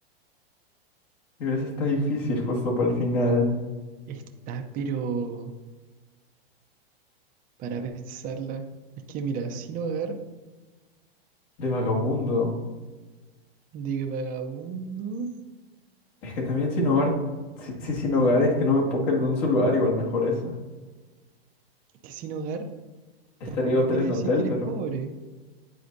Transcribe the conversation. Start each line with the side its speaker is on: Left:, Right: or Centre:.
Left: Y a veces está difícil justo para el final,
Right: Está, pero para pensarla. Es que mira, sin hogar
Left: de vagabundo.
Right: de vagabundo.
Left: Es que también sin hogar, si, si sin hogar es que no me puedo quedar en un solo lugar, igual mejor esa.
Right: Es que sin hogar
Left: Estaría
Right: tampoco
Left: hotel
Right: quiere
Left: en
Right: decir
Left: hotel,
Right: que eres
Left: pero...
Right: pobre.